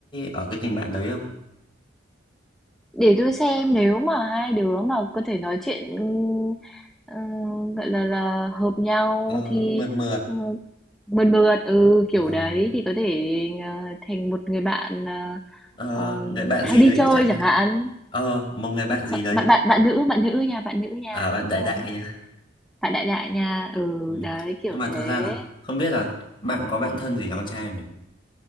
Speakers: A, on the left; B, in the centre.
A: ở cái tình bạn đấy không?
B: Để tôi xem nếu mà hai đứa mà có thể nói chuyện ừm, ừm, gọi là là hợp nhau
A: Ờ,
B: thì
A: mượt mượt
B: ừ, mượt mượt ừ kiểu
A: Ờ,
B: đấy
A: đó.
B: thì có thể ờ, thành một người bạn ờ,
A: Ờ,
B: ờ,
A: người bạn
B: hay
A: gì
B: đi
A: đấy
B: chơi
A: chẳng hạn
B: chẳng hạn
A: ờ một người bạn gì
B: Hợ-
A: đấy
B: bạn bạn bạn nữ bạn nữ nha bạn nữ nha
A: à bạn đại
B: đấy
A: đại nhá
B: bạn đại đại nha ừ
A: ừ.
B: đấy kiểu
A: nhưng mà
B: thế
A: thật ra là không biết là bạn có bạn thân gì là con trai không nhỉ